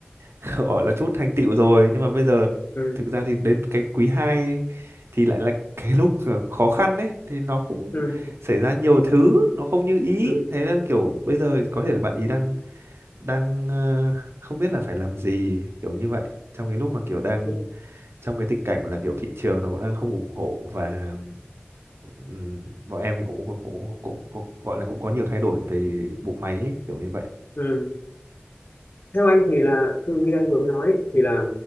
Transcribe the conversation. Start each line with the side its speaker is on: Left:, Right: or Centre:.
Right: <laughs> gọi là chút thành tựu rồi nhưng mà bây giờ
Left: ừ
Right: thực ra thì đến cái quý 2 thì lại là cái lúc khó khăn đấy thì nó cũng
Left: ừ
Right: xảy ra nhiều thứ nó không như ý
Left: ừ
Right: thế là kiểu bây giờ có thể là bạn ý đang đang ờ, không biết là phải làm gì kiểu như vậy trong cái lúc mà kiểu đang
Left: ừ,
Right: trong cái tình cảnh là kiểu thị trường nó cũng đang không ủng hộ và ừm, bọn em thì cũng, cũng, cũng, cũng, cũng gọi là cũng có nhiều thay đổi về bộ máy ấy, kiểu như vậy
Left: ừ. theo anh thì là như anh vừa mới nói ấy, thì là